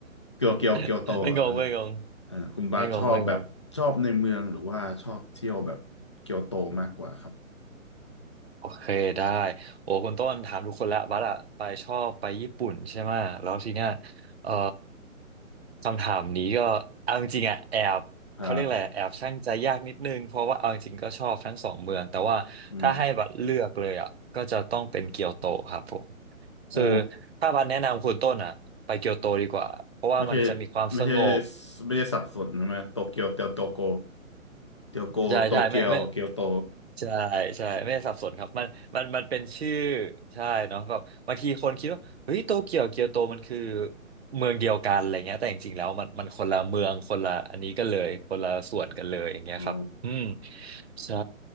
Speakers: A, on the left; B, on the right.
A: เกียวเกียวเกียวโตอ่ะเออ
B: <laughs> ไม่งงไม่งง
A: เออคุณบาสชอบแบบชอบในเมืองหรือว่าชอบเที่ยวแบบเกียวโตมากกว่าครับ
B: ไม่งงไม่งงโอเคได้โอ้คุณต้นถามทุกคนแล้วบัสอะไปชอบไปญี่ปุ่นใช่ไหมะแล้วทีเนี้ยเอ่อคำถามนี้ก็เอาจริงๆอะแอบเขาเรียกอะไรแอบชั่งใจยากนิดนึงเพราะว่าเอาจริงๆก็ชอบทั้งสองเมืองแต่ว่าถ้าให้บัสเลือกเลยอะก็จะต้องเป็นเกียวโตครับผม
A: ครับอืม
B: คือ
A: โอ้
B: ถ้าบัสแนะนำคุณต้นอ่ะไปเกียวโตดีกว่าเพราะว่ามันจะมีความสงบ
A: ไม่ใช่ไม่ใช่ไม่ใช่สับสนใช่ไหมโตเกียวเตียวโตโกเตียวโกโตเกียวเกียวโต
B: ใช่ใช่ไม่ไม่ใช่ใช่ไม่สับสนครับมันมันมันเป็นชื่อใช่เนาะแบบบางทีคนคิดว่าเฮ้ยโตเกียวเกียวโตมันคือเมืองเดียวกันอะไรเงี้ยแต่จริงๆแล้วมันมันคนละเมืองคนละอันนี้กันเลยคนละส่วนกันเลยอย่างเงี้ยครับอืม
A: อ๋อ
B: ใช่